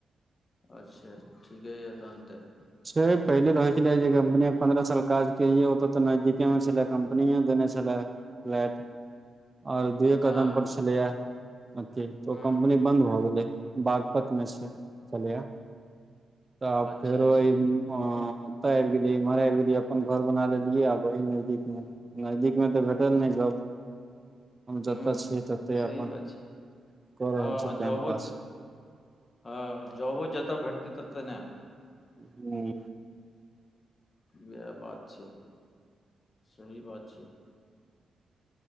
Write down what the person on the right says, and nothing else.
से पहिले रहय छले जे कम्पनी पंन्द्रह साल काज केलियै ओत ते नजदीके में छले कंपनी देने छले फ्लैट ओर दुए
कदम पर छलैया अथी
कम्पनी बन्द भ गेलै बागपत में छै चलैया त
फेरो
ई एत आइब गेली इम्हर आबि गेलिय अपन घर बना लेलिऐ आब वहि नजदीक में नजदीक में तऽ भेटल नहि जॉब हम जतऽ
छियै तते
अपन
कऽ
रहल छी टाइम
पास
हूँ